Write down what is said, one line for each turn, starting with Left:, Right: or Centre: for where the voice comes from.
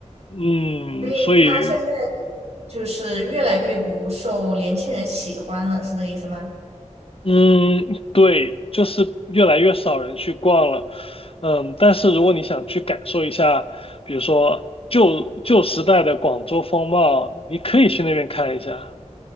Left: 嗯，
Right: 所以它现在。
Left: 所以
Right: 就是越来越不受年轻人喜欢了，是这个意思吗？
Left: 嗯，对，就是越来越少人去逛了。嗯，但是如果你想去感受一下，比如说旧旧时代的广州风貌，你可以去那边看一下。